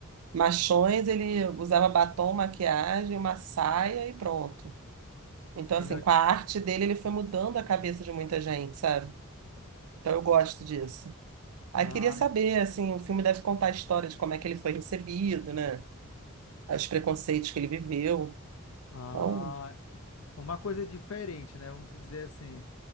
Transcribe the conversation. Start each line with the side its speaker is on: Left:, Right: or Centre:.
Right: machões, ele usava batom, maquiagem, uma saia e pronto. Então,
Left: E
Right: assim,
Left: não...
Right: com a arte dele, ele foi mudando a cabeça de muita gente, sabe? Então, eu gosto disso. Aí,
Left: Ah,
Right: queria saber, assim, o filme deve contar a história de como é que ele foi recebido, né? Os preconceitos que ele viveu.
Left: ah,
Right: Então,
Left: uma coisa diferente, né? Vamos dizer assim.